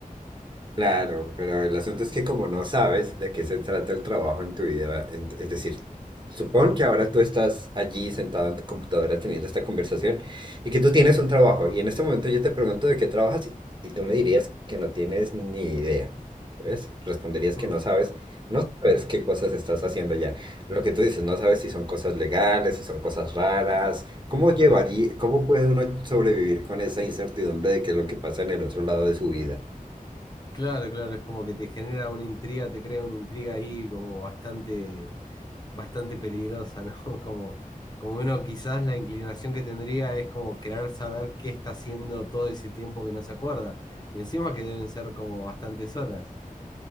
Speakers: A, on the right; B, on the left.
A: Claro, pero el asunto es que como no sabes de qué se trata el trabajo en tu vida, en- es decir, supón que ahora tú estás allí sentado en tu computadora teniendo esta conversación y que tú tienes un trabajo y en este momento yo te pregunto de qué trabajas y y tú me dirías que no tienes ni idea, ¿ves? Responderías
B: Mm,
A: que no sabes, no sabes qué cosas estás haciendo ya. Lo que tú dices, no sabes si son cosas legales, si son cosas raras, ¿cómo
B: mm.
A: llevaría, cómo puede uno sobrevivir con esa incertidumbre de qué es lo que pasa en el otro lado de su vida?
B: Claro, claro, es como que te genera una intriga, te crea una intriga ahí como bastante bastante peligrosa, ¿no? <laughs> Como, como uno quizás la inclinación que tendría es como querer saber qué está haciendo todo ese tiempo que no se acuerda. Y encima que deben ser como bastantes horas.